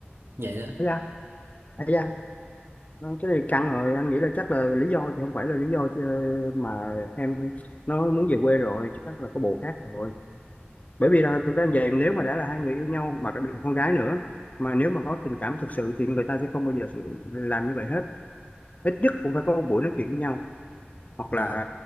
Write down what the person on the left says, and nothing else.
Thấy ra, thấy ra. Ờ, Cái này căng rồi, anh nghĩ là chắc là lý do thì không phải là lý do chứ, mà em nó muốn về quê rồi, chắc là có bồ khác rồi. Bởi vì là thực ra về nếu mà đã là hai người yêu nhau mà đặc biệt là con gái nữa mà nếu mà có tình cảm thực sự thì người ta sẽ không bao giờ làm như vậy hết. Ít nhất cũng phải có một buổi nói chuyện với nhau hoặc
là